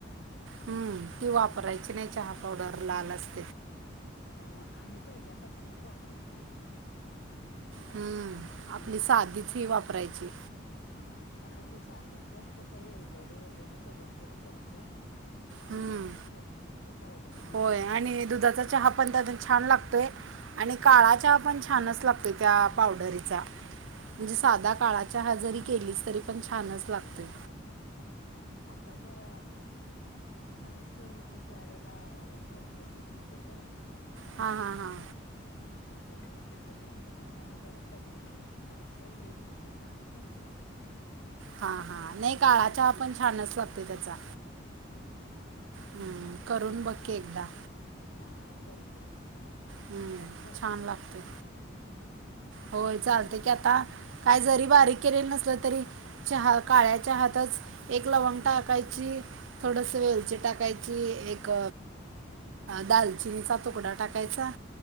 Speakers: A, on the right; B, on the left.
A: हम्म ती वापरायची नाही चहा पावडर लाल असं
B: त्या आम्ही पहिल्यापासूनच वापरत नाही बाई ती.
A: हम्म
B: आम्ही
A: आपली
B: हेच
A: साधीच
B: वापर
A: ही वापरायची
B: हा आता तू सांगितलियास तसं वेलदोडी वगैरे सगळं पुड करतो. आणि
A: हम्म
B: ठेव त्या पावडरीमध्ये
A: होय
B: एकदम
A: आणि दुधाचा चहा पण त्या छान लागतोय आणि काळा चहा पण छानच लागतोय त्या पावडरीचा. म्हणजे
B: हा
A: साधा काळा चहा जरी केलीच तरी पण छानच लागतोय.
B: हम्म, आता जर म्हैस होती त्या वेळेला घरचं दूध होत गं.
A: हा-हा-हा,
B: मग आता जरा विकलय त्यामुळ जरा कधी कसं हे होईल तसं आणतोय दुधाचं.
A: हा-हा, नाही काळा चहा पण छानच लागतोय त्याचा.
B: हम्म-हम्म,
A: हम्म, करून बघकी एकदा.
B: हा करतो की
A: हम्म,
B: आत्ताच करतो
A: छान लागतोय
B: की मुलग्याला.
A: होय चालतंय की आता काय जरी बारीक केलेलं नसल तरी चहा काळ्या चहातच एक लवंग टाकायची थोडस वेलची टाकायची ची एक दालचिनीचा तुकडा टाकायचा